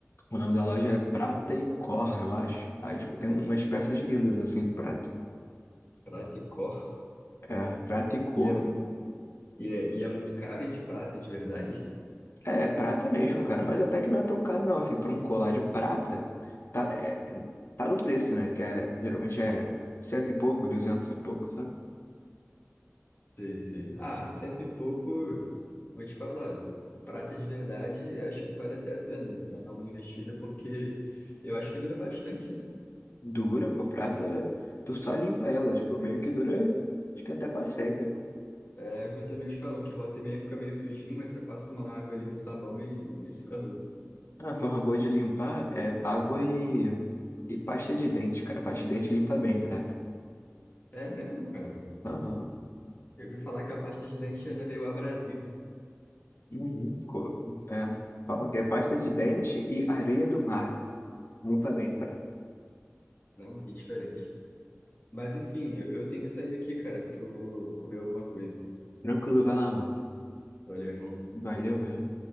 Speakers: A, on the left; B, on the left.
A: o nome da loja é Prata e Cor, eu acho. Aí, tipo, tem umas peças lindas, assim, de prata.
B: prata e cor?
A: É, Prata e Cor.
B: E é, e é, e é muito caro e de prata de verdade?
A: É, é prata mesmo, cara. Mas até que não é tão caro, não. Assim, pra um colar de prata, tá, é, tá no preço, né? Que é, geralmente é cento e pouco, duzentos e pouco, sabe?
B: Sei, sei. Ah, cento e pouco, vou te falar. Prata de verdade, acho que vale até a pena dar uma investida, porque eu acho que dura bastante, né?
A: Dura, com prata, tu só limpa ela. Tipo, meio que dura, acho que até pra sempre.
B: É, os meus amigos falam que volta e meia fica meio sujinho, mas você passa uma água ali, um sabão e, e fica novo.
A: Ah, uma forma boa de limpar é água e, e pasta de dente, cara. Pasta de dente limpa bem prata.
B: É mesmo, cara.
A: Aham.
B: Eu vi falar que a pasta de dente é meio abrasivo.
A: Uhum. Co- É. Falam que é pasta de dente e areia do mar. Limpa bem, prata.
B: Não, que diferente. Mas enfim, eu, eu tenho que sair aqui, cara, porque eu vou comer alguma coisa.
A: Tranquilo, vai lá, mano.
B: Valeu, irmão.
A: Valeu, valeu.